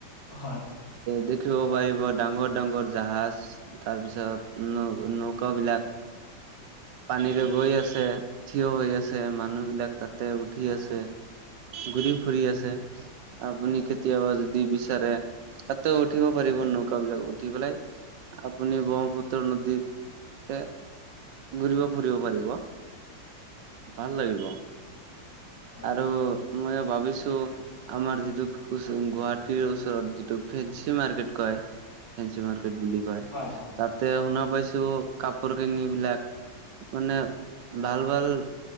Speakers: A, on the left (about 80°); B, on the right (about 70°).
A: হয়।
B: দেখিব পাৰিব, ডাঙৰ- ডাঙৰ জাহাজ তাৰ পিছত নৌ- নৌকা বিলাক।
A: উ <inaudible>
B: পানীৰে গৈ আছে, থিয় হৈ আছে, মানুহ বিলাক তাতে উঠি আছে। ঘূৰি ফুৰি আছে আপুনি কেতিয়াবা যদি বিচাৰে তাতে উঠিব পাৰিব নৌকা বিলাকত উঠি পেলাই আপুনি ব্ৰহ্মপুত্ৰ নদী তাতে ঘূৰিব ফুৰিব পাৰিব, ভাল লাগিব।
A: হয়
B: আৰু মইও ভাবিছো আমাৰ যিটো গুৱাহাটীৰ ওচৰত যিটো ফেন্সি মাৰ্কেট কয়। ফেঞ্চি মাৰ্কেট বুলি কয়
A: হয় হয়
B: তাত তে শুনা পাইছো কাপোৰ কানি বিলাক মানে ভাল ভাল